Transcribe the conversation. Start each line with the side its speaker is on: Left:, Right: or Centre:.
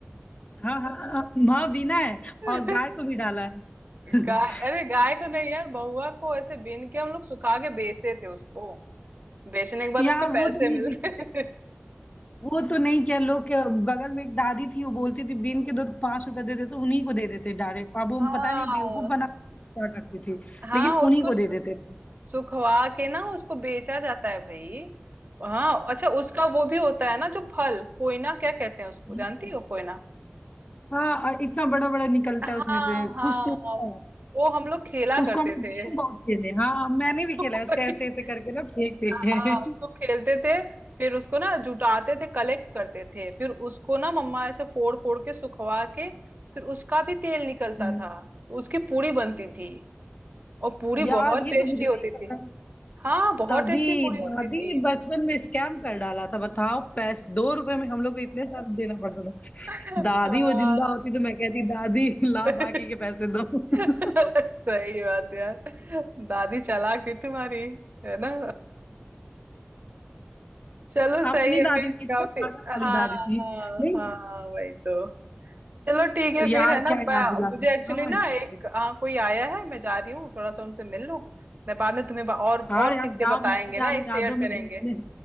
Left: हाँ हाँ हाँ, माँ बिना है
Right: <laughs>
Left: और गाय को भी डाला है <laughs>
Right: गाय अरे गाय को नहीं यार महुआ को ऐसे बीन के हम लोग सुखा के बेचते थे उसको बेचने के बाद
Left: यार
Right: उसके
Left: वो
Right: पैसे
Left: तो नहीं
Right: मिलते
Left: देते थे
Right: थे
Left: वो तो नहीं क्या लोग के बगल में एक दादी थी वो बोलती थी बीन के दूध पांच रुपए दे देते उन्हीं को दे देते डायरेक्ट अब हम
Right: हाँ
Left: पता नहीं बेवकूफ बना के क्या करती थी
Right: हाँ
Left: लेकिन
Right: उसको
Left: उन्हीं को
Right: सु-
Left: दे देते थे
Right: सुखवा के ना उसको बेचा जाता है भाई हाँ अच्छा उसका वो भी होता है ना जो फल कोयना क्या कहते हैं उसको
Left: हम्म।
Right: जानती हो कोयना
Left: हाँ और इतना बड़ा बड़ा निकलता
Right: हाँ
Left: है उसमें से कुछ
Right: हाँ
Left: तो होता
Right: हाँ
Left: है
Right: वो हम लोग खेला
Left: उसको
Right: करते
Left: हम
Right: थे
Left: गेम बहुत खेले हाँ मैंने भी
Right: <laughs>
Left: खेला है उसको ऐसे ऐसे करके ना फेंक फेंक
Right: हाँ
Left: के <laughs>
Right: उसको खेलते थे फिर उसको ना जुटाते थे कलेक्ट करते थे फिर उसको ना मम्मा ऐसे फोड़ फोड़ के सुखवा के फिर उसका भी तेल निकलता
Left: हम्म।
Right: था तो उसकी पूरी बनती थी और पूरी
Left: यार
Right: बहुत
Left: ये
Right: टेस्टी
Left: तो मुझे
Right: होती
Left: नहीं
Right: थी
Left: पता
Right: हाँ बहुत
Left: तभी
Right: टेस्टी पूरी
Left: दादी
Right: होती थी
Left: ने बचपन में स्कैम कर डाला था बताओ पैस दो रुपए में हम लोग को इतने साथ देना पड़ता था
Right: हाँ।
Left: दादी वो जिंदा होती तो मैं कहती दादी लाओ
Right: <laughs>
Left: बाकी के पैसे दो
Right: सही
Left: <laughs>
Right: बात यार दादी चालाक थी तुम्हारी है ना चलो सही
Left: अपनी
Right: है
Left: दादी
Right: फिर
Left: नहीं थी
Right: काफी
Left: मैं बगल वाली
Right: हाँ
Left: दादी थी
Right: हाँ
Left: नहीं
Right: हाँ वही तो चलो ठीक है फिर
Left: यार
Right: है ना
Left: क्या याद
Right: ब-
Left: दिला
Right: मुझे
Left: दी
Right: एक्चुअली
Left: हाँ
Right: ना
Left: यार
Right: एक आ, कोई आया है मैं जा रही हूँ थोड़ा सा उनसे मिल लूँ मैं बाद में तुम्हें बा- और और
Left: हाँ यार,
Right: किससे
Left: जाओ
Right: बताएंगे
Left: मैं भी जा
Right: ना
Left: रही
Right: ये
Left: हूँ
Right: शेयर
Left: यादों में
Right: करेंगे
Left: डूबने